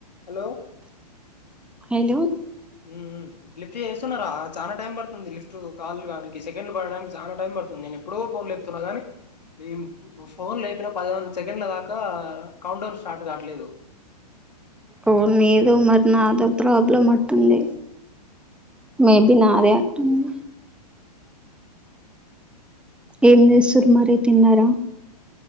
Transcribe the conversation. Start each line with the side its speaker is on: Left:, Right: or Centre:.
Left: Hello
Centre: hello
Left: మ్మ్ lift లు చేస్తున్నారా చాలా టైం పడుతుంది లిఫ్ట్ కాల్ రావినికి సెకండ్లు పడడానికి చాలా టైం పడుతుంది ఎప్పుడో ఫోన్ లేపుతున్నా గానీ నిన్ ఫోన్ లేపిన పదిహేను సెకండ్ల దాకా ఇంకా కౌంట్ డౌన్ స్టార్ట్ కావట్లేదు
Centre: ఓ నీదో మరి నాదో ప్రాబ్లం అంటుంది మేబి నాదే అంటుంది, ఏం చేస్తుారు మరి తిన్నారా